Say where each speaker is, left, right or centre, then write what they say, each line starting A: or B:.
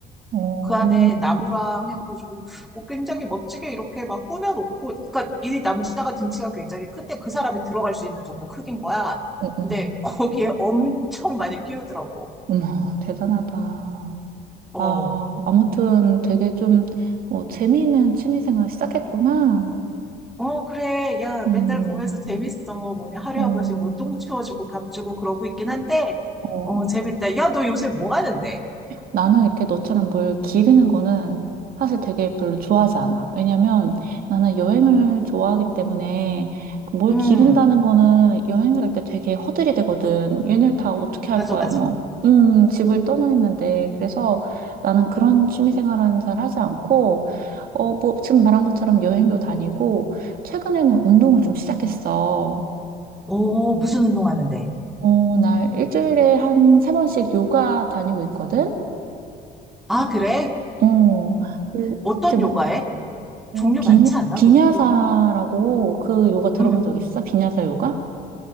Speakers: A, on the right; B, in the centre.
A: 어,
B: 그 안에
A: 어,
B: 나무랑 해가지고, 뭐 굉장히 멋지게 이렇게 막 꾸며놓고, 그니까 이 남자가 등치가 굉장히 큰데 그 사람이 들어갈 수 있는 정도 크긴 거야.
A: 어.
B: 근데 <laughs> 거기에 엄청 많이 끼우더라고.
A: 어머, 대단하다.
B: 어.
A: 아, 아무튼 되게 좀, 뭐, 재미있는 취미생활 시작했구나.
B: 어, 그래. 야,
A: 음,
B: 맨날 보면서 재밌어. 뭐냐, 하루에
A: 어,
B: 한 번씩 뭐 똥 치워주고 밥 주고 그러고 있긴 한데,
A: 어.
B: 어, 재밌다. 야, 너 요새 뭐 하는데?
A: 나는 이렇게 너처럼 뭘 기르는 거는 사실 되게 별로 좋아하지 않아. 왜냐면 나는 여행을 좋아하기 때문에 뭘
B: 음,
A: 기른다는 거는 여행을 할 때 되게 허들이 되거든. 얘네를 다 어떻게 할
B: 맞아,
A: 거야,
B: 맞아.
A: 뭐. 음, 집을 떠나 있는데. 그래서 나는 그런 취미 생활은 잘 하지 않고, 어, 뭐, 지금 말한 것처럼 여행도 다니고, 최근에는 운동을 좀 시작했어.
B: 오 무슨 운동 하는데?
A: 어, 나 일주일에 한 세 번씩 요가 다니고 있거든?
B: 아, 그래?
A: 어, 그
B: 어떤
A: 이제 뭐
B: 요가에?
A: 어,
B: 종류
A: 비,
B: 많지 않아,
A: 비냐사라고
B: 그것도?
A: 그 요가 들어본
B: 응, 응.
A: 적 있어? 비냐사 요가?